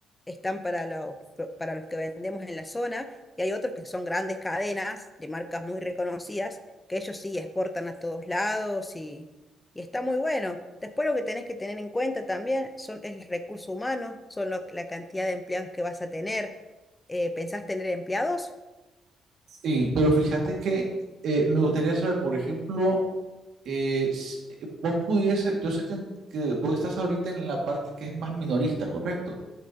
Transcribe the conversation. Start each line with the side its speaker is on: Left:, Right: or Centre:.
Left: están para los, para los que vendemos en la zona. Y hay otros que son grandes cadenas de marcas muy reconocidas, que ellos sí exportan a todos lados y, y está muy bueno. Después lo que tenés que tener en cuenta también son, el recurso humano, son lo- la cantidad de empleados que vas a tener. Eh, ¿pensás tener empleados?
Right: Sí, pero fíjate que eh, me gustaría saber, por ejemplo, eh, s- eh, vos pudiese, yo sé que, en- que vos estás ahorita en la parte que es más minorista, correcto,